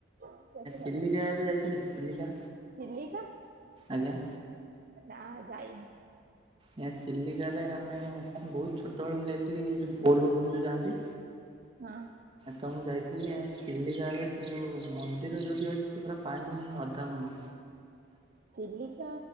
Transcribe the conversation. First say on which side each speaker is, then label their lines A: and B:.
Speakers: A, on the right (about 45°); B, on the right (about 25°).
A: ସେ ସବୁ ଭଲ
B: ଚିଲିକା
A: ଲାଗେ
B: କେବେ ଯାଇଛନ୍ତି ଚିଲିକା?
A: ଚିଲିକା
B: ଆଜ୍ଞା।
A: ନା ଯାଇନି।
B: ନା ଚିଲିକାରେ ଆମେ କ ବହୁତ ଛୋଟବେଳୁ ମୁଁ ଯାଇଥିଲି ଏ ବୋଲ ବମ୍ ଯୋଉ ଯାଆନ୍ତି।
A: ହଁ।
B: ତ ମୁଁ ଯାଇଥିଲି ଚିଲିକାରେ ସେ ଯୋଉ ମନ୍ଦିର ଯୋଉଠି ଅଛି ସେ ପୁରା ପାଣି ଅଧା ମଝି
A: ଚିଲିକା